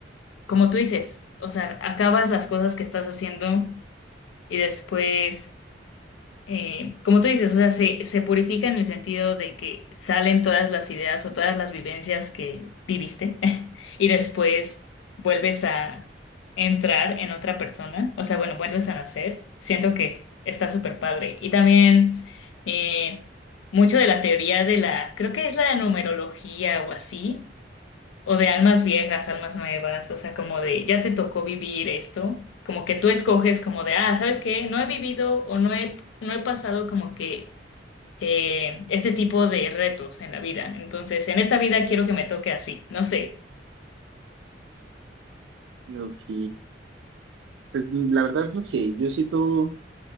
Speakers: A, on the left (about 85°); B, on the right (about 70°).
A: como tú dices, o sea, acabas las cosas que estás haciendo y después eh, como tú dices, o sea, se, se purifica en el sentido de que salen todas las ideas o todas las vivencias que viviste <laughs> y después vuelves a entrar en otra persona, o sea, bueno, vuelves a nacer. Siento que está súper padre. Y también eh, mucho de la teoría de la, creo que es la numerología o así, o de almas viejas, almas nuevas, o sea, como de ya te tocó vivir esto, como que tú escoges como de, ah, ¿sabes qué? No he vivido o no he, no he pasado como que eh, este tipo de retos en la vida. Entonces, en esta vida quiero que me toque así, no sé.
B: Ok, pues la verdad no sé, yo siento